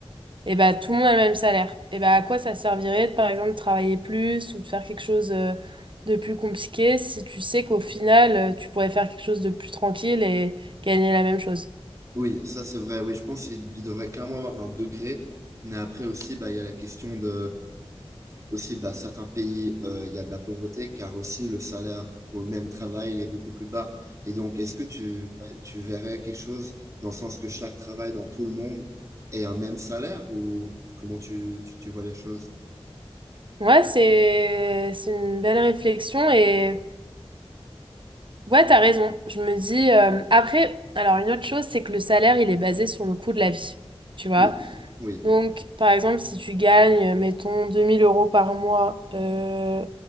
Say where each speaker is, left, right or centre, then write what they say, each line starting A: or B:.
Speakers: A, on the right (about 55°); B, on the right (about 30°).
A: et ben tout le monde a le même salaire. Et ben à quoi ça servirait de, par exemple, travailler plus ou de faire quelque chose euh, de plus compliqué si tu sais qu'au final, euh, tu pourrais faire quelque chose de plus tranquille et gagner la même chose?
B: Oui, ça c'est vrai. Oui, je pense qu'il il devrait clairement avoir un degré. Mais après aussi, bah, il y a la question de Aussi, bah, certains pays, euh, il y a de la pauvreté, car aussi le salaire pour le même travail, il est beaucoup plus bas. Et donc, est-ce que tu, tu verrais quelque chose dans le sens que chaque travail dans tout le monde ait un même salaire ou comment tu, tu, tu vois les choses?
A: Ouais, c'est c'est une belle réflexion et ouais, t'as raison. Je me dis euh, après, alors une autre chose, c'est que le salaire, il est basé sur le coût de la vie, tu vois.
B: Oui, oui,
A: Donc, par exemple, si tu gagnes, mettons, 2000 euros par mois euh,